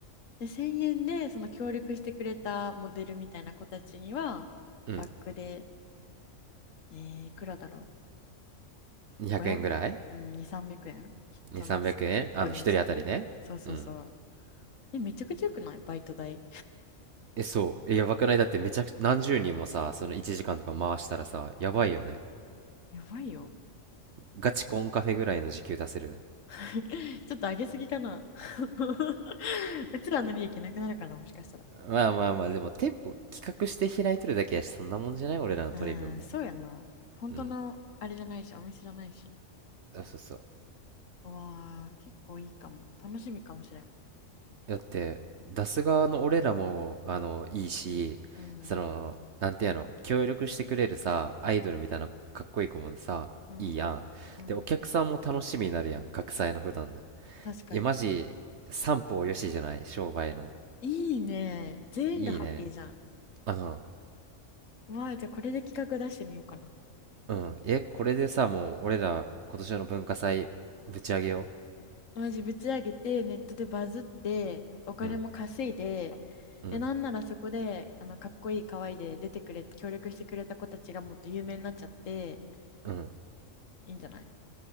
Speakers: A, on the left; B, on the right.
A: で、1000円で、その協力してくれたモデルみたいな子たちには、
B: うん。
A: バックで、えー、いくらだろう。
B: 200円ぐらい
A: 500、うん、2、300円その、
B: ?2、300円あの、
A: 1個につきそうそうそう。
B: 一人当たりね。うん。
A: え、めちゃくちゃよくないバイト代。
B: え、そう。え、やばくないだってめちゃくちゃ、何十人もさ、その1時間とか回したらさ、やばいよね。
A: うん、やばいよ。
B: ガチコンカフェぐらいの時給出せるね。
A: <laughs> ちょっと上げすぎかな。<laughs> うちらの利益なくなるかな、もしかしたら。
B: まあまあまあ、でも店舗企画して開いとるだけやし、そんなもんじゃない俺らの取り分も。
A: うん、そうやな。本当のあれじゃないし、
B: うん。
A: お店じゃないし。
B: あ、そうそう。
A: うわあ、結構いいかも。楽しみかもしれん。
B: だって出す側の俺らもあのいいしそのなんてやの協力してくれるさアイドルみたいなかっこいい子もさいいやんでお客さんも楽しみになるやん学祭の普段の
A: うん、うん、うん。確かに。
B: いやマジ三方よしじゃない商売の
A: いいね。全員がハッピーじゃん。
B: いいねうん
A: うわあ、じゃあこれで企画出してみようかな。
B: うんえこれでさもう俺ら今年の文化祭ぶち上げよ
A: マジぶち上げて、ネットでバズって、お金も稼いで、
B: ううんうん
A: で、なんならそこで、あの、かっこいい、可愛いで出てくれ、協力してくれた子たちがもっと有名になっちゃって、
B: うん
A: いいんじゃない